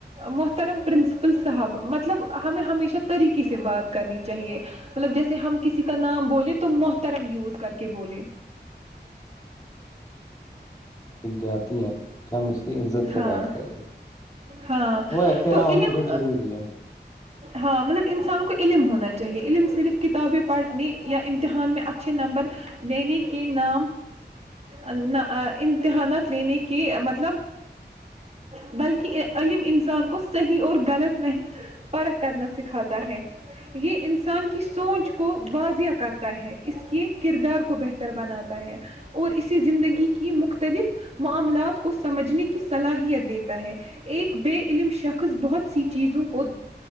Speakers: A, on the right (about 35°); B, on the left (about 20°).
A: محترم پرنسپل صاحب مطلب ہمیں ہمیشہ طریقے سے بات کرنی چاہیے مطلب جیسے ہم کسی کا نام بولیں تو محترم یوز کر کے بولیں
B: دگ جاتی ہیں کہ ہم اس سے عزت سے
A: ہاں
B: بات کر رہے
A: ہاں
B: وہ احترام
A: تو علم
B: ہمیشہ ضروری ہے
A: ہاں مطلب انسان کو علم ہونا چاہیے علم سے صرف کتابیں پڑھنے یا امتحان میں اچھے نمبر لینے کے ن امتحانات لینے کی مدد بلکہ علم انسان کو صحیح اور غلط میںح پرکھ کرنا سکھاتا ہے یہ انسان کی سوچ کو واضح کرتا ہے اس کے کردار کو بہتر بناتا ہے اور اسے زندگی کی مختلف معاملات کو سمجھنے کی صلاحیت دیتا ہے ایک بے علم شخص بہت سی چیزوں کو